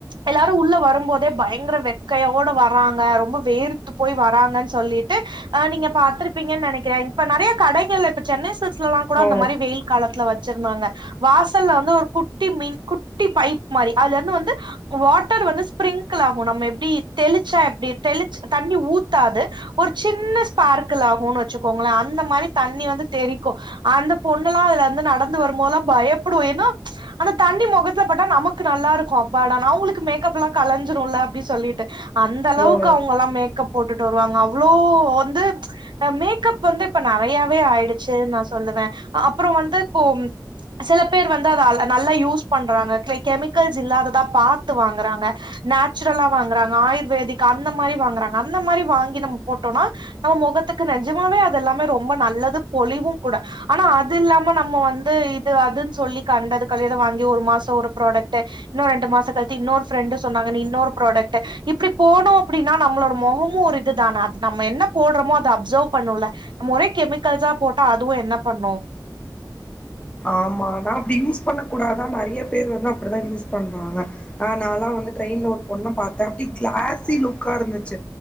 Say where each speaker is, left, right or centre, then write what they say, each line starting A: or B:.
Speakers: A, on the right (about 80°); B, on the left (about 15°).
A: எல்லாரு உள்ள வரும்போதே பயங்கர வெக்கையோட வராங்க ரொம்ப வேர்த்து போய் வராங்கன்னு சொல்லிட்டு ஆ நீங்க பாத்துருப்பீங்கன்னு நினைக்கிறேன் இப்ப நறைய கடைகள்ல இப்ப சென்னை சில்க்ஸ்ல கூட
B: ஓ
A: அந்த மாறி வெயில் காலத்துல வச்சிருந்தாங்க வாசல்ல வந்து ஒரு குட்டி மீன் குட்டி பைப் மாறி அதுல இருந்து வந்து வாட்டர் வந்து ஸ்பிரிக்கிள் ஆகு நம்ம எப்டி தெளிச்சா எப்டி தெளிச் தண்ணி ஊத்தாது ஒரு சின்ன ஸ்பார்க்கிள் ஆகுன்னு வச்சுக்கோங்களே அந்த மாறி தண்ணி வந்து தெரிக்கு அந்த பொண்ணல்லா அதுல வந்து நடந்து வரும்போதுல்லா பயப்படு என்னா அந்த தண்ணி முகத்துல பட்டா நமக்கு நல்லா இருக்கு அப்பாடனு அவுங்களுக்கு மேக்கப்லா கலஞ்சிருல அப்டி சொல்லிட்டு அந்த அளவுக்கு
B: ஓ
A: அவங்கல்லா மேக்கப் போட்டுட்டு வருவாங்க அவ்ளோ வந்து அ மேக்கப் வந்து இப்ப நறைய வே ஆயிடுச்சு நா சொல்லுவே அப்புறோ வந்து இப்போ செல பேர் வந்து அத நல்லா யூஸ் பண்றாங்க கெ கெமிக்கல்ஸ் இல்லாததா பாத்து வாங்கறாங்க நேச்சுரலா வாங்குறாங்க ஆயுர்வேதிக் அந்த மாரி வாங்குறாங்க அந்த மாரி வாங்கி நம்ம போட்டோனா நம்ம மொகத்துக்கு நெஜமாவே அது எல்லாமே ரொம்ப நல்லது பொலிவு கூட ஆனா அது இல்லாம நம்ம வந்து இது அதுன்னு சொல்லி கண்டது கலியது வாங்கி ஒரு மாசொ ஒரு ப்ராடக்ட்ட இன்னு ரெண்டு மாச கழித்து இன்னொரு ஃப்ரெண்டு சொன்னாங்கனு இன்னொரு ப்ராடக்ட்ட இப்டி போனோ அப்டின்னா நம்மளோட மொகமு ஒரு இது தானே அது நம்ம என்ன போடுறோமோ அத அப்சர்வ் பண்ணுல நம்ம ஒரே கெமிக்கல்ஸா போட்டா அதுவு என்ன பண்ணு
B: ஆமா ஆனா அப்டி யூஸ் பண்ண கூடாதா நறைய பேர் வந்து அப்டிதா யூஸ் பண்றாங்க ஆ நாலா வந்து ட்ரெயின்ல ஒரு பொண்ண பாத்த அப்டி கிளாசி லுக்கா இருந்துச்சு